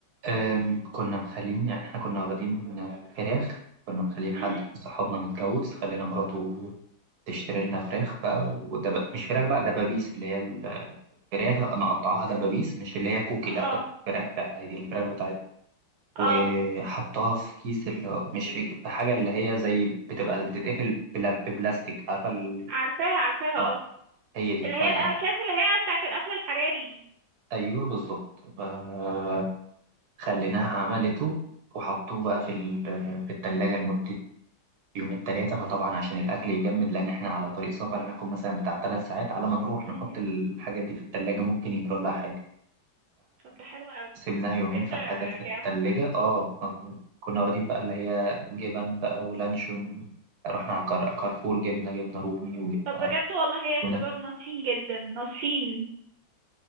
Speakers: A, on the right; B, on the right.
A: أم، كنا مخلين يعني احنا كنا واخدين آه، فراخ كنا مخلين حد
B: مم.
A: من صحابنا متجوز خلينا مراته تشتري لنا فراخ بقى ودب... مش فراخ بقى دبابيس اللي هي الفراخ مقطعاها دبابيس مش اللي هي كوكي
B: اه
A: لا فراخ عادي الفراخ بتاعتها وحطها
B: اه
A: في كيس اللي مش في... في حاجة اللي هي زي بتبقى بتتقفل بلا... ببلاستيك عارفة ال...
B: عارفاها عارفاها
A: أو
B: آه.
A: هي دي
B: اللي
A: فا
B: هي الأكياس اللي هي بتاعت القفل الحراري دي
A: أيوه بالظبط فا خليناها عملته وحطوه بقى في ال... في التلاجة لمدة يومين تلاتة فطبعا عشان الأكل يجمد لأن إحنا على طريق سفر هناخد مثلا بتاع تلات ساعات على ما نروح
B: مم.
A: نحط الحاجات دي في التلاجة ممكن يجرى لها حاجة
B: طب ده حلو قوي
A: فسيبناها يومين
B: فكرة
A: فالحاجات كانت
B: جامدة
A: في التلاجة اه آه، كنا واخدين بقى اللي هي جبن بقى ولانشون رحنا على كار- كارفور جبنا جبنة رومي وجبنة
B: طب بجد والله يا
A: تونة
B: شباب ناصحين جدا ناصحين